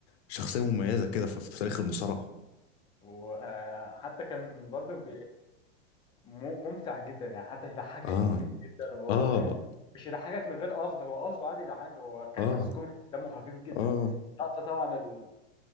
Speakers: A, on the left (about 65°); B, on the left (about 15°).
A: شخصيه مميزه كده في في تاريخ المصارعه
B: وحتى كان برضه م- ممتع جدا يعني حتى يضحكك
A: اه
B: كتير جدا وهو
A: اه
B: يعني مش يضحكك من غير قصد هو قصده عادي يضحكك هو كان
A: اه
B: شخص كوميدي دمه خفيف جدا
A: اه
B: اللقطة طبعا ال...